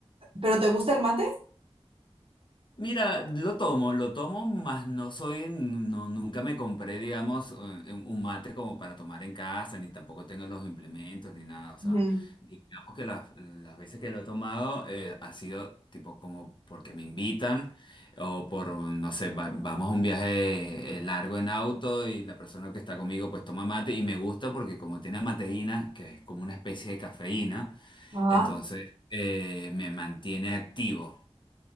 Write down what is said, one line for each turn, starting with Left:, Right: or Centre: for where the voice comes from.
Right: ¿Pero te gusta el mate?
Left: Mira, lo tomo, lo tomo, mas no soy, no, nunca me compré, digamos, eh, un un mate como para tomar en casa, ni tampoco tengo los implementos, ni nada. O sea,
Right: Ujú.
Left: digamos que las, las veces que lo he tomado eh, ha sido tipo como porque me invitan o por, no sé, va- vamos a un viaje eh, largo en auto y la persona que está conmigo pues toma mate y me gusta porque como tiene mateína, que es como una especie de cafeína,
Right: Ajá.
Left: entonces eh, me mantiene activo.